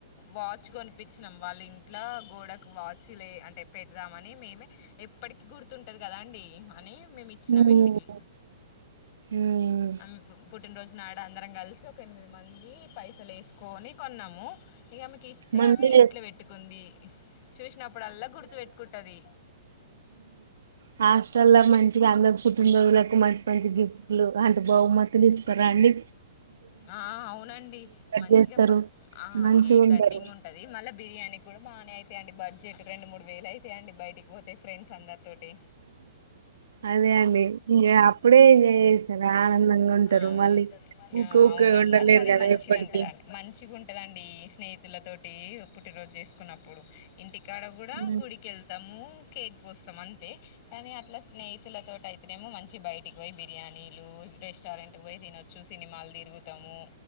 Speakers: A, on the left; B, on the right.
A: వాచ్ కొనిపించినాం వాళ్ళ ఇంట్లో గోడకు వాచ్ లే అంటే పెడదామని మేమే ఎప్పటికి గుర్తుంటది కదండి అని మేము ఇచ్చినాం
B: ఉమ్,
A: ఇంటికి
B: ఉమ్,
A: ఆ పుట్టినరోజు నాడు అందరం కలిసి ఒక ఎనిమిది మంది పైసలు వేసుకొని కొన్నాము ఇక ఆమెకి ఇస్తే
B: మంచిగా
A: ఆమె ఇంట్లో
B: చేస్
A: పెట్టుకుంది చూసినప్పుడల్లా గుర్తు పెట్టుకుంటది
B: హ అస్టల్ మంచి ఫం కుుటుంబోజులకు మంచి మంచి గిఫ్ట్లు అంటే బహుమతులు ఇస్తారుండి
A: ఆ అవునండి మంచిగా
B: చేస్తారు
A: ఆ
B: మంచిగా
A: కేక్
B: ఉండరు
A: కటింగ్ ఉంటది మళ్ళా బిర్యానీ కూడా బాగానే అవు అ అడి బడ్జెట్ రెండు మూడు వేల అయితయి అం బటికి పోతే ఫ్రెండ్స్ అందరితోటి
B: అదే అండి ఇంకా అప్పుడే ఏంజాయ్ చేస్తారు ఆనందంగా ఉంటారు
A: అవును
B: మళ్ళీ
A: ఆ
B: ఊకే ఊకే
A: అవునండి
B: ఉండలేరు
A: కానీ
B: కదా
A: మంచిగాంటద
B: ఎప్పటికి
A: మంచిగా ఉంటదండి స్నేహి పల తటి పుట్టిరోజు చేసుకున్నప్పుడు ఇంటికి ఇక్కడ కూడా
B: ఉమ్
A: గుడికి వెళ్తాము కేక్ కోస్తాం అంతే కానీ అట్లా స్నేహితుల త అయితేనేమో మంచి బయటికి పోయి బిర్యానీలు రెస్టారెంట్ కు పోయి తినొచ్చు సినిమాలు తిరుగుతాము